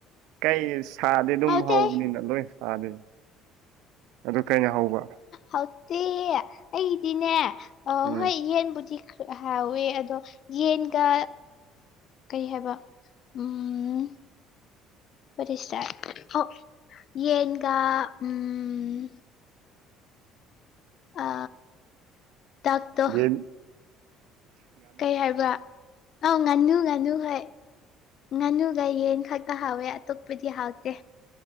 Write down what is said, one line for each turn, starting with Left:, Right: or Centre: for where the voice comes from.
Right: ꯀꯩ ꯁꯥꯗꯤꯦ ꯑꯗꯨꯝ
Left: ꯍꯥꯎꯇꯦ
Right: ꯍꯧꯕꯅꯤꯅ ꯂꯣꯏ ꯗꯤ ꯑꯗꯨ ꯀꯩꯅꯣ ꯍꯧꯕ
Left: ꯍꯥꯎꯇꯦ ꯑꯩꯗꯤꯅꯦ ꯑ
Right: ꯎꯝ
Left: ꯍꯣꯏ ꯌꯦꯟꯕꯨꯗꯤ ꯍꯥꯏꯋꯦ ꯑꯗꯣ ꯌꯦꯟꯒ ꯀꯩ ꯍꯥꯏꯕ ꯎꯝ ꯄꯔꯤꯁꯔ ꯑꯣ ꯌꯦꯟꯒ ꯎꯝ ꯑ ꯗꯛꯇꯣ
Right: ꯌꯦ
Left: ꯀꯩ ꯍꯥꯏꯕ꯭ꯔꯥ ꯑꯥꯎ ꯉꯥꯅꯨ ꯉꯥꯅꯨ ꯍꯣꯏ ꯉꯥꯅꯨꯒ ꯌꯦꯟ ꯈꯛꯀ ꯍꯥꯎꯋꯦ ꯑꯇꯣꯞꯄꯗꯤ ꯍꯥꯎꯇꯦ